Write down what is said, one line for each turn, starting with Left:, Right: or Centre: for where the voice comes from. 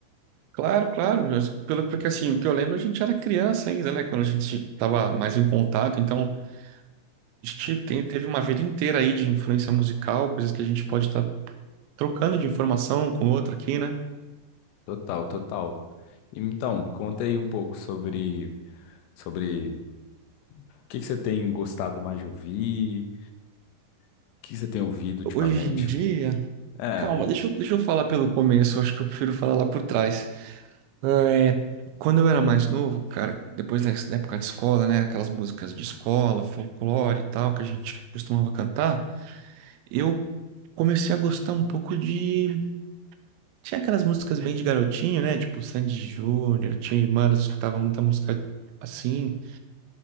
Right: Claro, claro, mas pelo, porque assim, o que eu lembro, a gente era criança ainda, né? Quando a gente tava mais em contato, então A gente tem- teve uma vida inteira aí de influência musical, coisas que a gente pode estar trocando de informação com outra aqui, né?
Left: Total, total. E, Então, me conta aí um pouco sobre, sobre o que que você tem gostado mais de ouvir, o que que você tem ouvido ultimamente.
Right: Hoje em dia.
Left: É,
Right: Calma, deixa eu, deixa eu falar pelo começo, acho que eu prefiro falar lá por trás. É, quando eu era mais novo, cara, depois da da época de escola, né? Aquelas músicas de escola, folclore e tal, que a gente costumava cantar, eu comecei a gostar um pouco de. Tinha aquelas músicas bem de garotinho, né? Tipo Sandy Júnior, tinha irmã, elas escutavam muita música assim.